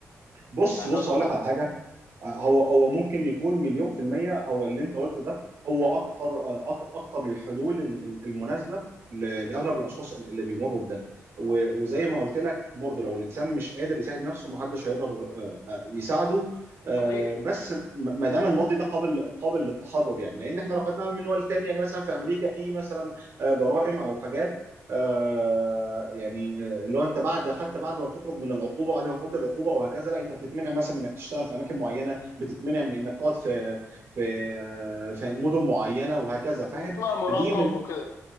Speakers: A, on the right; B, on the left.
A: بص
B: يعني
A: بص
B: اظن
A: هقول لك على حاجه هو هو ممكن يكون مليون في المية هو اللي انت قلته ده هو اكتر أك- اكتر الحلول ال- ال- المناسبة ل- لاغلب الاشخاص اللي بيمروا بده و- وزي ما قلت لك برضه لو الانسان مش قادر يساعد نفسه محدش هيقدر آه، آه، يساعده آه،
B: صحيح
A: بس م- ما دام الماضي ده قابل قابل للتحرر يعني لان احنا لو خدناها من منوال تاني يعني مثلا في امريكا في مثلا آه، جرائم او حاجات آه، يعني آه، اللي هو انت بعد حتى بعد ما بتخرج من العقوبه بعد ما تقضي العقوبه وهكذا لا انت بتتمنع مثلا من انك تشتغل في اماكن معينه بتتمنع من انك تقعد في في في مدن معينه وهكذا فاهم
B: وبتبقى مراقب
A: فدي من
B: وكده